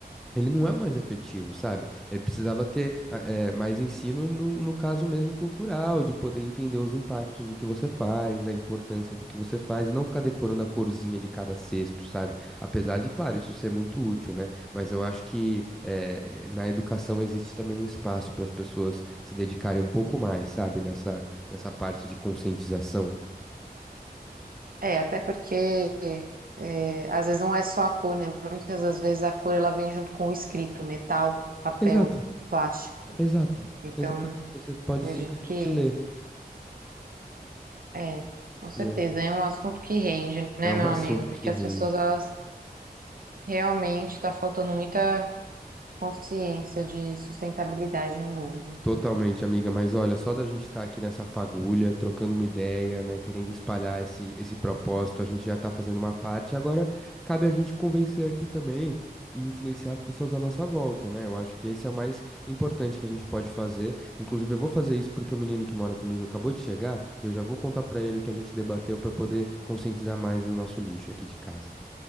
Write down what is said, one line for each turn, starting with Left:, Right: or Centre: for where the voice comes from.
Centre: Ele não é o mais efetivo, sabe? Ele precisava ter ah, eh, mais ensino no, no caso mesmo cultural, de poder entender os impactos do que você faz, a importância do que você faz, e não ficar decorando a corzinha de cada cesto, sabe? Apesar de, claro, isso ser muito útil, né? Mas eu acho que eh, eh, na educação existe também um espaço para as pessoas se dedicarem um pouco mais, sabe? Nessa, nessa parte de conscientização.
Right: É, até porque é, às vezes não é só a cor, né? Muitas das vezes a cor ela vem junto com o escrito, metal, papel,
Centre: Exato,
Right: plástico.
Centre: exato,
Right: Então,
Centre: exatamente. Você pode
Right: acredito
Centre: simplesmente
Right: que
Centre: ler,
Right: é, com certeza,
Centre: né?
Right: é um assunto que rende, né,
Centre: É um
Right: meu
Centre: <laughs> assunto
Right: amigo? Porque
Centre: que rende.
Right: as pessoas elas realmente está faltando muita consciência de sustentabilidade no mundo.
Centre: Totalmente, amiga, mas olha, só da gente estar aqui nessa fagulha, trocando uma ideia, né, querendo espalhar esse, esse propósito, a gente já tá fazendo uma parte, agora cabe a gente convencer aqui também, e influenciar as pessoas à nossa volta, né? Eu acho que esse é o mais importante que a gente pode fazer. Inclusive, eu vou fazer isso porque o menino que mora comigo acabou de chegar, eu já vou contar pra ele o que a gente debateu pra poder conscientizar mais o nosso lixo aqui de casa.